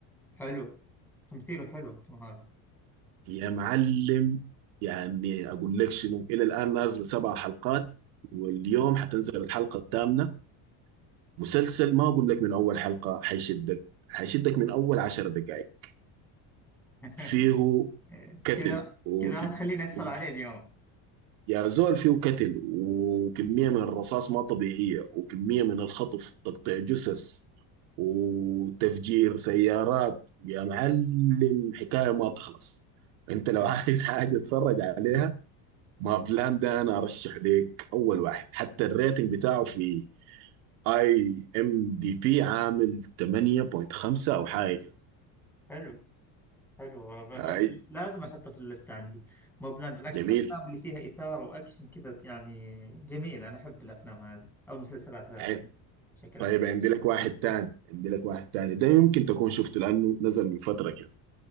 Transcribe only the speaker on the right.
يا معلم يعني اقول لك شنو الى الان نازله سبع حلقات واليوم حتنزل الحلقه الثامنه مسلسل ما اقول لك من اول حلقه حيشدك حيشدك من اول عشر دقائق
فيه قتل
وكم...
و-
يا زول فيه قتل وكميه من الرصاص ما طبيعيه وكميه من الخطف وتقطيع جثث وتفجير سيارات يا معلم حكايه ما تخلص انت لو
<laughs> عايز حاجه تتفرج عليها ما بلان ده انا ارشح ليك اول واحد حتى الريتنج بتاعه في اي ام دي بي عامل 8.5 او حاجه كده
هاي
جميل
هاي.
طيب
عندي لك واحد تاني عندي لك واحد تاني ده يمكن تكون شفته لانه نزل من فتره كده